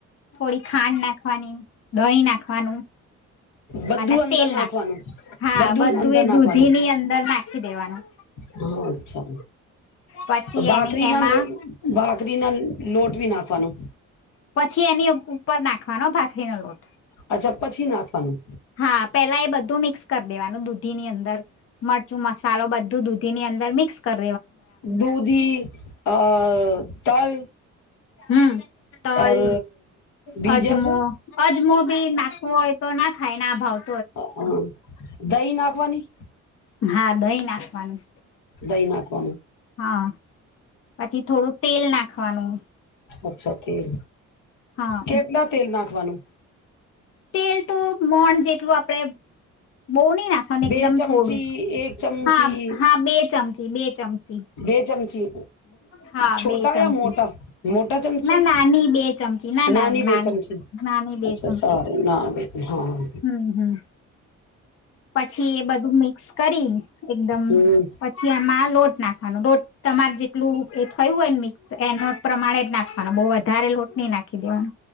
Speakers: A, on the left; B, on the left.
A: થોડી ખાંડ નાખવાની. દહી નાખવાનું.
B: બધું
A: અને
B: અંદર
A: તેલ
B: નાખવાનું
A: નાખવા હા બધું
B: અંદર
A: એ
B: નાખવાનું
A: દૂધી ની અંદર નાખી દેવાનું.
B: હા અચ્છા,
A: પછી
B: બાકરીના
A: એની એમાં
B: બાકરીના લોટવી નાખવાનું?
A: પછી એની ઉપર નાખવાનો ભાખરીનો લોટ.
B: આછા પછી નાખવાનું?
A: હા પેલા એ બધું મિક્સ કરી દેવાનું દૂધી ની અંદર મરચું મસાલો બધું દૂધી ની અંદર મિક્સ કર
B: દૂધી અ તલ
A: હમ તલ
B: ઓર બીજા
A: અજમો
B: શું
A: અજમો બી નાખવો હોય તો નાખ હાય ના ભાવ
B: હ દહી નાખવાની
A: હા દહી નાખવાનું
B: ઈ ના કો
A: હા પછી થોડું તેલ નાખ ખવાનું
B: અચ્છા તેલ
A: હા
B: કેટલા તેલ નાખવાનું
A: તેલ તો મણ જેટલું આપણેે બોહી નાખવાનું
B: બે
A: એકદમ
B: ચમચી
A: થોડુંક
B: એક ચમચી
A: હા હા બે ચમચી બે ચમચી
B: બે ચમચી
A: હા
B: છોટા
A: બે ચમચી
B: યા મોટા મોટા ચમચે
A: ના નાની બે ચમચી ના
B: નાની
A: ના
B: બેે ચમચે
A: નાની બે
B: અચ્છા
A: ચમચી
B: સાર ના બે હા
A: હમ હમ પછી એ બધું મિક્સ કરી એકદમ
B: હમ
A: પછી આમાં લોટ નાખ લોટ તમાર જેટલું એ થયું હોય ને મિક્સ એ પ્રમાણે જ નાખવાનો બહુ વધારે લોટ નહી નાખી દેવાનો